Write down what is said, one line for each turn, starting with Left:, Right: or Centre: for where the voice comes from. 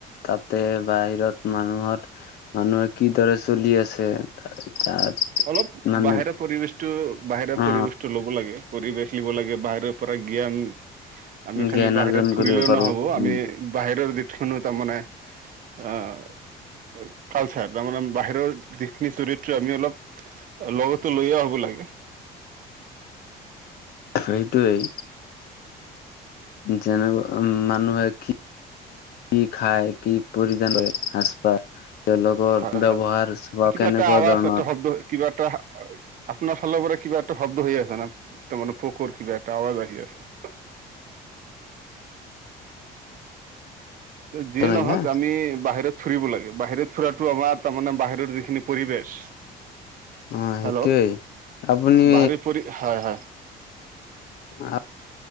Left: তাতে বাহিৰত, মানুহত মানুহে কি দৰে চলি আছে তাৰে তাত
Right: অলপ
Left: মানে
Right: বাহিৰে পৰিবেশটো, বাহিৰে
Left: অ
Right: পৰিবেশটো ল'ব লাগে, পৰিবে থিব লাগে, বাহিৰৰ পৰা জ্ঞান আমি
Left: জ্ঞান
Right: খালি বাহিৰত
Left: অৰ্জন কৰিব
Right: ফুৰিলেও
Left: পাৰো
Right: নহ'ব আমি
Left: উম
Right: বাহিৰৰ দেখিলোঁ ন তাৰমানে অ' আ কালচাৰ তাৰমানে বাহিৰৰ যিখিনি চৰিত্ৰ আমি অলপ লগতো লৈয়েও আহিব লাগে।
Left: সেইটোৱেই। যেনেকুৱা মানুহে কি কি খাই? কি পৰিধান কৰে? সাজপাৰ, তেওঁলোকৰ
Right: হয়
Left: ব্যৱহাৰ
Right: হয়
Left: বা
Right: কিবা
Left: কেনেকুৱা
Right: এটা আৱাজ
Left: ধৰণৰ
Right: এটা শব্দ কিবা এটা হাই আপোনাৰ ফালৰ পৰা কিবা এটা শব্দ হৈ আছে না, তাৰমানে, পোকৰ কিবা এটা আৱাজ আহি আছে। যিয়ে
Left: নাই
Right: নহওক,
Left: না
Right: আমি বাহিৰত ফুৰিব লাগে, বাহিৰত ফুৰাটো আমাৰ, তাৰমানে বাহিৰৰ যিখিনি পৰিৱেশ
Left: অ', সেইটোৱেই
Right: হেল্ল'
Left: আপুনি
Right: বাহিৰ পৰি হয় হয়
Left: আ,